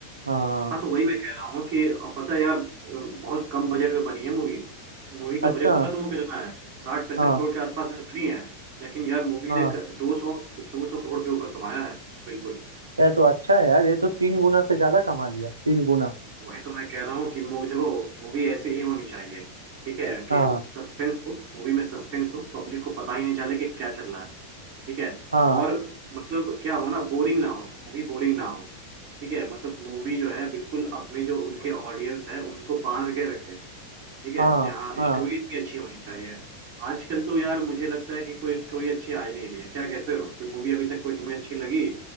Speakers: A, on the right; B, on the right.
A: हाँ
B: हाँ तो वही मैं कह रहा हूँ कि अब पता है यार अ, बहुत कम बजट में बनी है मूवी मूवी का
A: अच्छा
B: बजट पता है तुमको कितना है साठ पैंसठ
A: हाँ
B: करोड़ के आसपास में बनी है लेकिन यार मूवी
A: हाँ
B: ने दो सौ दो सौ करोड़ के ऊपर कमाया है बिल्कुल
A: यार तो अच्छा है यार ये तो तीन गुना से ज्यादा कमा लिया तीन गुना
B: वही तो मैं कह रहा हूँ कि मूवी देखो मूवी ऐसी ही होनी चाहिए ठीक है
A: हाँ
B: कि सस्पेंस हो मूवी में सस्पेंस हो पब्लिक को पता ही नहीं चले कि क्या चल रहा है ठीक है
A: हाँ
B: और मतलब क्या हो ना बोरिंग ना हो मूवी बोरिंग ना हो ठीक है मतलब मूवी जो है बिल्कुल अपने जो उनके ऑडियंस है उनको बांध के रखे ठीक है
A: हाँ
B: कि हाँ
A: हाँ
B: स्टोरी इतनी अच्छी होनी चाहिए आजकल तो यार मुझे लगता है कि कोई स्टोरी अच्छी आ ही नहीं रही है क्या कहते हो कोई मूवी अभी तक कोई तुम्हें अच्छी लगी